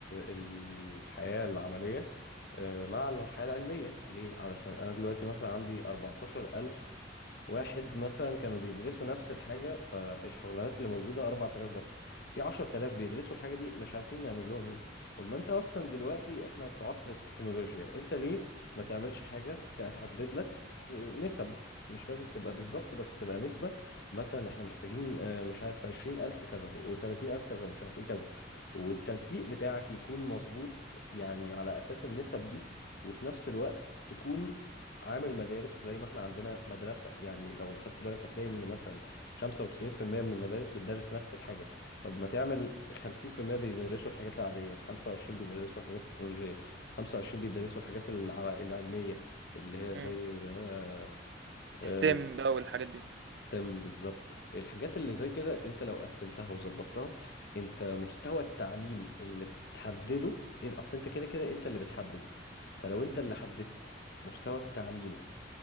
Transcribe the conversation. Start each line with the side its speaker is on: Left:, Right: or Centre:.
Left: الحياة العملية آه، مع الحياة العلمية ليه؟ علشان أنا دلوقتي مثلا عندي 14000 واحد مثلا كانوا بيدرسوا نفس الحاجة فالشغلانات اللي موجودة 4000 بس في 10000 بيدرسوا الحاجة دي مش عارفين نعمل لهم ايه طب ما انت اصلا دلوقتي احنا في عصر التكنولوجيا انت ليه ما تعملش حاجة تحدد لك في نسب مش لازم تبقى بالظبط بس تبقى نسبة مثلا احنا محتاجين آه، مش عارف عشرين ألف كذا وتلاتين ألف كذا ومش عارف ايه كذا والتنسيق بتاعك يكون مظبوط يعني على أساس النسب دي وفي نفس الوقت تكون عامل مدارس زي ما احنا عندنا مدرسة يعني لو خدت بالك هتلاقي ان مثلا خمسة وتسعين في المية من المدارس بتدرس نفس الحاجة طب ما تعمل خمسين في المية بيدرسوا الحاجات العادية خمسة وعشرين بيدرسوا الحاجات التكنولوجية خمسة وعشرين بيدرسوا الحاجات الع- العلمية اللي هي
Right: مم.
Left: زي آه، آه،
Right: STEM بقى والحاجات دي
Left: ستيم بالظبط الحاجات اللي زي كده انت لو قسمتها وظبطتها انت مستوى التعليم اللي بتحدده ان اصل انت كده كده انت اللي بتحدد فلو انت
Right: مم.
Left: اللي حددت مستوى التعليم